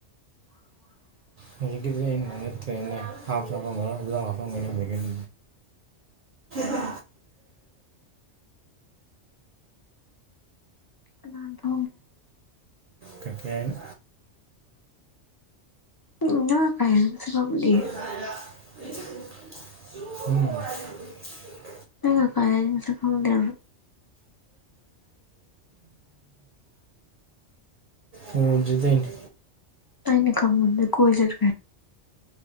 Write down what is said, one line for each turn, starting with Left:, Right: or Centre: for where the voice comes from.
Left: <inaudible>
Right: ꯍꯧꯖꯤꯛꯀꯤꯗꯤ ꯑꯩꯅ ꯉ ꯅꯠꯇ꯭ꯔꯦꯅꯦ ꯍꯥꯥꯞ ꯆ ꯍꯥꯞꯐꯝ ꯈ ꯑꯗꯨ ꯍꯥꯞꯐꯝꯒꯅꯤ ꯍꯧꯖꯤꯛꯗꯤ ꯍ
Left: ꯂꯥꯟꯗ
Right: ꯀꯇꯅ
Left: ꯎꯝ ꯅ ꯀꯥꯏꯁꯨ ꯀꯝꯗꯤꯌꯦ
Right: ꯎ
Left: ꯑꯩ ꯀꯥꯏ ꯁ ꯈꯪꯗꯦ
Right: ꯎ ꯑꯣꯖꯤꯗꯣꯏꯅꯤ
Left: ꯑꯩꯅ ꯀꯃꯗ ꯀꯣꯏ ꯆꯠ